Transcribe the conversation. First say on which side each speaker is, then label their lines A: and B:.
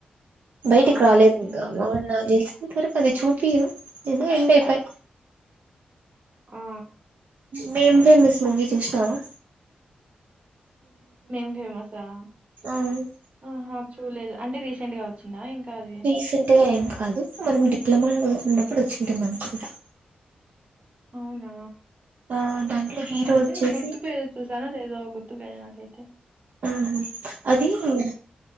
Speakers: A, on the right; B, on the right.
A: బయటి
B: అవును
A: కి రాలేదు ఇంకా
B: ఉమ్
A: వాడు నాకి తెలిసినంత వరక్ అది చూపిరు ఏదో ఎండ్ అయిపాయ్
B: ఆ
A: మేమ్ ఫేమస్ మూవీ చూసినావా
B: మేమ్ ఫేమస్ ఆ
A: అవును
B: అహ చూలేదు అంటే రీసెంట్ గా వచ్చిందా ఇంకా అది
A: రీసెంట్ గా ఏమి కాదు మనం డిప్లొమాలో ఉన్నప్పుడు వచ్చింటుంది అనుకుంటా
B: అవునా
A: ఆ దాంట్లో హీరో
B: అంటే
A: వచ్చేసి
B: గుర్తుకు లేదు చూసానో లేదో గుర్తు ఉన్నాయా అట్ట అయితే
A: ఆ అది ఊ